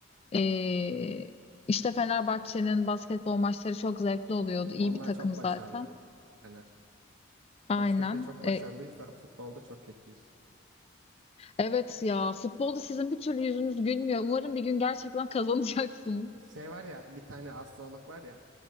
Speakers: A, on the left; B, on the right.
A: Ee, işte Fenerbahçe'nin basketbol maçları çok zevkli oluyordu. İyi
B: Onlar
A: bir takım
B: çok
A: zaten.
B: başarılı Fener.
A: Aynen.
B: Baskette çok
A: Ee,
B: başarılıyız da futbolda çok kötüyüz.
A: evet ya futbolda sizin bir türlü yüzünüz gülmüyor. Umarım bir gün gerçekten <laughs> kazanacaksınız.
B: Şey var ya bir tane astrolog var ya